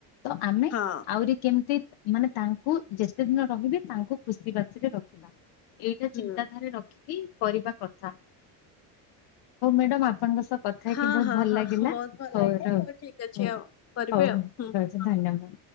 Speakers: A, on the left (about 55°); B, on the left (about 35°).
A: ତ ଆମେ
B: ହଁ।
A: ଆହୁରି କେମିତି ମାନେ ତାଙ୍କୁ ଯେତେ ଦିନ ରହିବେ ତାଙ୍କୁ ଖୁସି ବାସିରେ ରଖିବା। ଏଇଟା
B: ହୁଁ
A: ଚିନ୍ତାଧାରା ରଖିକି କରିବା କଥା। ହୋ ମ୍ୟାଡ଼ାମ ଆପଣଙ୍କ ସହ କ ଥା ହେଇ
B: ହଁ
A: କି ବହୁତ
B: ହଁ
A: ଭଲ ଲାଗିଲା
B: ହଁ ବହୁତ ଭଲ
A: ହଉ
B: ଲାଗିଲା
A: ରହୁ
B: ଠିକ୍ ଅଛି
A: ହଉ ହଉ
B: ଆଉ କରିବେ ଆଉ ହୁଁ।
A: ରହୁଛି
B: ହଉ।
A: ଧନ୍ୟବାଦ।